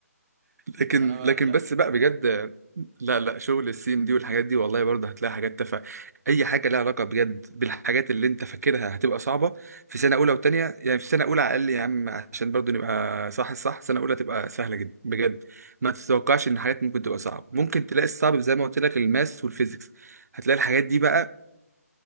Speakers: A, on the right (about 80°); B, on the right (about 25°).
A: لكن
B: ما أنا بقول
A: لكن
B: لك
A: بس بقى بجد لا لا شغل السيم دي والحاجات دي والله برضه هتلاقي حاجات تافهه اي حاجه لها علاقه بجد بالحاجات اللي انت فاكرها هتبقى صعبه في سنه اولى وتانية يعني في سنه اولى على الاقل يا عم عشان برضه نبقى صح الصح سنه اولى تبقى سهله جدا بجد ما تتوقعش ان حاجات ممكن تبقى صعبه ممكن تلاقي الصعب زي ما قلت لك الماس والفيزيكس هتلاقي الحاجات دي بقى